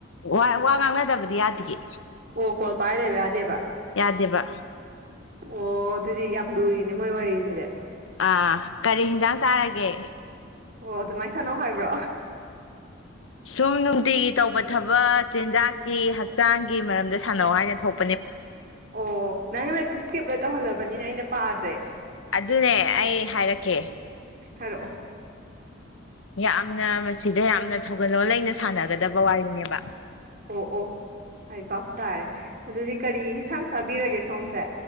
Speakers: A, on the left; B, on the right.
A: ꯋꯥ ꯋꯥ ꯉꯥꯡꯅꯗꯕꯗꯤ ꯌꯥꯗꯤꯌꯦ
B: ꯑꯣ ꯀꯣꯜ ꯄꯥꯏ ꯂꯩꯕ ꯌꯥꯗꯦꯕ
A: ꯌꯥꯗꯦꯕ
B: ꯑꯣ ꯑꯗꯨꯗꯤ ꯌꯥꯝ ꯂꯨꯔꯤꯅꯤ ꯃꯣꯏ ꯋꯥꯔꯤꯁꯤꯗꯤ
A: ꯑꯥ ꯀꯔꯤ ꯍꯟꯖꯥꯡ ꯆꯥꯔꯒꯦ
B: ꯑꯣ ꯑꯗꯨꯃꯥꯏꯅ ꯁꯥꯟꯅꯧ ꯍꯥꯏꯕ꯭ꯔꯣ
A: ꯁꯨꯝ ꯅꯨꯡꯇꯤꯒꯤ ꯇꯧꯕ ꯊꯕꯛ ꯆꯤꯟꯖꯥꯛꯀꯤ ꯍꯛꯆꯥꯡꯒꯤ ꯃꯔꯝꯗ ꯁꯥꯟꯅꯧ ꯍꯥꯏꯅ ꯊꯣꯛ
B: ꯑꯣ ꯅꯪꯅ ꯏꯁꯀꯦꯞ ꯂꯣꯏ ꯇꯧꯍꯜꯂꯕꯅꯤꯅ ꯑꯩꯅ ꯄꯥꯗ꯭ꯔꯦ
A: ꯑꯗꯨꯅꯦ ꯑꯩ ꯍꯥꯏꯔꯛꯀꯦ
B: ꯍꯥꯏꯔꯛꯑꯣ
A: ꯌꯥꯝꯅ ꯃꯁꯤꯗ ꯌꯥꯝꯅ ꯊꯧꯒꯜꯂꯣꯟ ꯂꯩꯅ ꯁꯥꯟꯅꯒꯗꯕ ꯋꯥꯔꯤꯅꯦꯕ
B: ꯑꯣ ꯑꯣ ꯑꯩ ꯕꯥꯄ ꯇꯥꯔꯦ ꯑꯗꯨꯗꯤ ꯀꯔꯤ ꯌꯦꯟꯁꯥꯡ ꯆꯥꯕꯤꯔꯒꯦ ꯁꯣꯝꯁꯦ